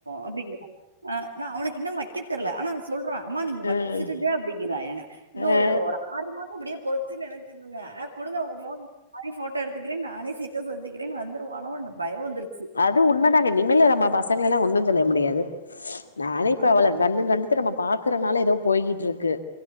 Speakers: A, on the right; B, on the left.
A: அப்டிங்கிறா அ நா அவனக்கு இன்னு வைக்கத் தெர்ல ஆனா அவன் சொல்றா அம்மா நீங்க
B: ம்
A: வச்சிருங்க அப்டிங்கிற என்ன இன்னு ஒரு
B: ஆ
A: ஆறு மாசோ இப்டியே போச் சி நெனைச்சீங்க அ குடுங்க உங்க ஃபோன்ன நானே போட்டோ எடுத்துக்கிறே நானே ஸ்டேட்டஸ்ல வச்சீகிறேனு வந்து நின்றுவானோ பயோ வந்துருச்சு
B: இது உண்மதாங்க இனிமேல நம்ம பசங்கெல்ல ஒண்ணு சொல்ல முடியாது நானே இப்ப
A: ஐயோ!
B: அவள கண்ணு கண்டுத்து நம்ம பாக்குறனால ஏதோ போயகிட்டு இருக்கு